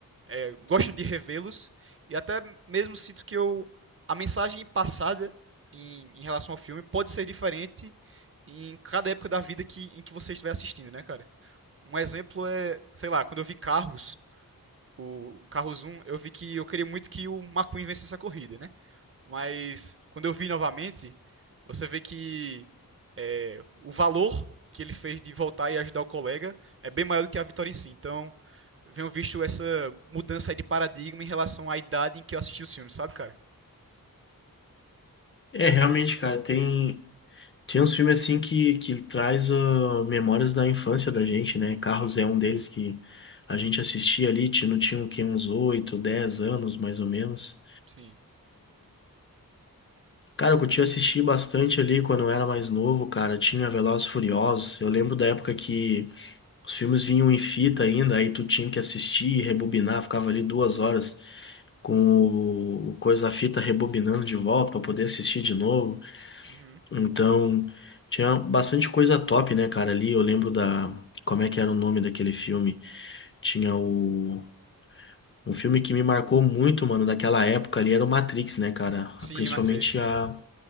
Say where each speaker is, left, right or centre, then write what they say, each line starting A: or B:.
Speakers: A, on the right; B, on the left.
A: é, gosto de revê-los. E até mesmo sinto que eu, a mensagem passada em, em relação ao filme pode ser diferente em cada época da vida que, em que você estiver assistindo, né, cara? Um exemplo é, sei lá, quando eu vi Carros, o Carros um eu vi que eu queria muito que o McQueen vencesse a corrida, né? Mas quando eu vi novamente, você vê que é, o valor que ele fez de voltar e ajudar o colega é bem maior do que a vitória em si. Então, venho visto essa mudança aí de paradigma em relação à idade em que eu assisti os filmes, sabe, cara?
B: É, realmente, cara, tem tem uns filmes assim que que traz ah, memórias da infância da gente, né? Carros é um deles que a gente assistia ali, tinha, não tinha o quê? Uns 8, 10 anos, mais ou menos.
A: Sim.
B: Cara, eu curti assistir bastante ali quando eu era mais novo, cara. Tinha Velozes e Furiosos. Eu lembro da época que os filmes vinham em fita ainda, aí tu tinha que assistir e rebobinar, ficava ali duas horas. com o o coisa da fita rebobinando de volta para poder assistir de novo.
A: Uhum.
B: Então, tinha bastante coisa top, né, cara, ali. Eu lembro da como é que era o nome daquele filme? Tinha o um filme que me marcou muito, mano, daquela época ali era o Matrix, né, cara?
A: Sim,
B: Principalmente
A: Matrix.
B: a